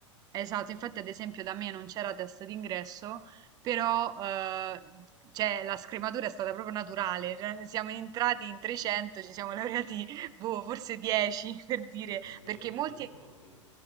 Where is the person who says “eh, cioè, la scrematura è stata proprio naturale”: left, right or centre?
Right